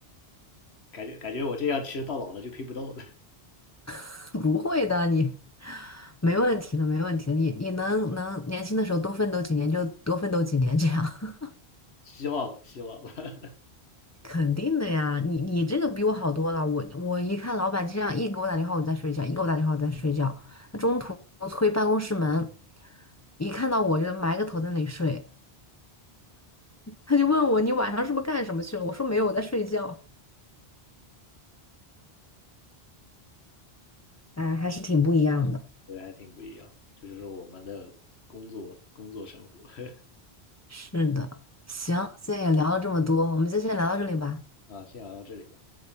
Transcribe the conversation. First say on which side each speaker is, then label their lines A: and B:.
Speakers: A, on the left; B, on the left.
A: 感觉感觉我这样其实到老了就拼不动了，<laughs>
B: <laughs> 不会的，你没问题的，没问题的，你你能能年轻的时候多奋斗几年就多奋斗几年这样。
A: 希望吧，希望吧。<laughs>
B: 肯定的呀，你你这个比我好多了。我我一看老板这样，一给我打电话我就在睡觉，一给我打电话我在睡觉。他中途推办公室门，一看到我就埋个头在那里睡。他就问我你晚上是不是干什么去了？我说没有，我在睡觉。哎，还是挺不一样的。
A: 对，还挺不一样这就是我们的工作工作生活
B: 是的，行，今天也聊了这么多，我们就先聊到这里吧。
A: <laughs> 啊。先聊到这里吧，